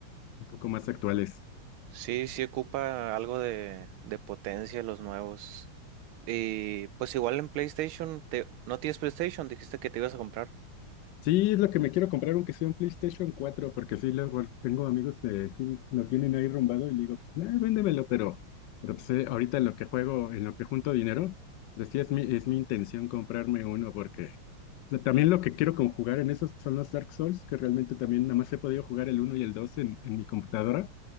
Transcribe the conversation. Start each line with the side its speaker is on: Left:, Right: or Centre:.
Left: un poco más actuales.
Right: Sí, sí ocupa algo de, de potencia los nuevos. Y pues igual en PlayStation, te, ¿no tienes PlayStation? Dijiste que te ibas a comprar.
Left: Sí, es lo que me quiero comprar, aunque sea un PlayStation cuatro porque sí, luego tengo amigos que sí lo tienen ahí rumbado y le digo, pues nada, véndemelo, pero, pero pues eh, ahorita en lo que juego, en lo que junto dinero, pues sí es mi, es mi intención comprarme uno, porque o sea, también lo que quiero conjugar en esos son los Dark Souls, que realmente también nada más he podido jugar el uno y el 2 en, en mi computadora,